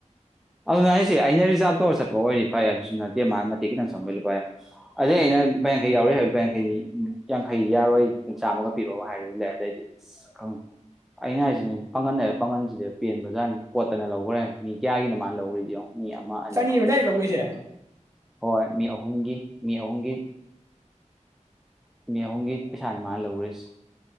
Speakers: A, in the centre; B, on the right.
A: ꯑꯗꯨ ꯉ ꯍꯥꯏꯁꯤꯦ ꯑꯩꯅ ꯑ ꯇꯧꯔ ꯆꯠꯄ ꯑꯣꯏꯗꯤ ꯐꯩ ꯑꯗꯨꯁꯨ ꯅꯠꯇꯦ ꯃꯥ ꯃꯇꯦꯛ ꯈꯤꯇꯪ ꯆꯪꯕꯩ ꯂ ꯐꯔꯦ ꯑꯗꯩ ꯑꯩꯅ ꯂꯄꯥ ꯌꯥꯡꯈꯩ ꯌꯥꯎꯔꯨꯏ ꯍꯥꯏꯕꯄꯥ ꯌꯥꯡꯈꯩ ꯌꯥꯡꯈꯩ ꯌꯥꯔꯣꯏ ꯆꯥꯝꯃꯒ ꯄꯤꯔꯛꯒ ꯍꯥꯏꯔꯗꯤ ꯂꯩ ꯑꯗꯩꯗꯤ ꯑꯁ ꯈꯪꯉ ꯑꯩꯅ ꯍꯥꯏꯔꯤꯁꯤꯅꯦ ꯄꯥꯒꯜ ꯍꯥꯏꯕ ꯄꯥꯒꯟꯁꯤꯗ ꯄꯦꯟꯕꯖꯥꯠꯅꯤ ꯀꯣꯠꯇꯅ ꯂꯧꯈ꯭ꯔꯦ ꯃꯤ ꯀꯌꯥꯒꯤꯅꯃꯥꯟꯅ ꯍ ꯑꯣꯏꯗꯤꯑꯣ ꯃꯤ ꯑꯃ ꯑꯅꯤ
B: ꯆꯅꯤꯔꯣ
A: ꯑꯩꯈꯣꯏ
B: ꯗꯥꯏꯔꯦꯛ ꯂꯧꯈ꯭ꯔꯤꯁꯦ
A: ꯍꯣꯏ ꯃꯤ ꯑꯍꯨꯝꯒꯤ ꯃꯤ ꯑꯍꯨꯝꯒꯤ ꯃꯤ ꯑꯍꯨꯝꯒꯤ ꯄꯩꯁꯥꯅꯤ ꯃꯥꯅ ꯂꯧꯔꯤꯁꯤ